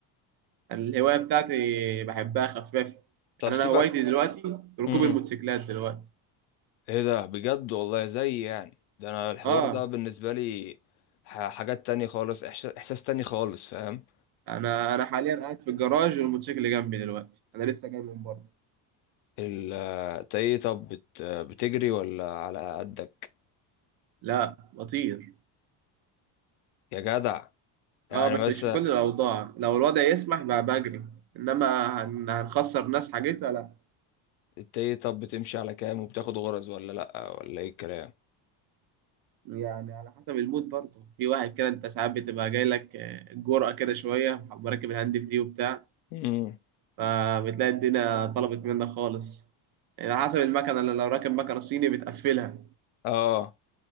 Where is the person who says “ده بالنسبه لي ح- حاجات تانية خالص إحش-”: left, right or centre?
Left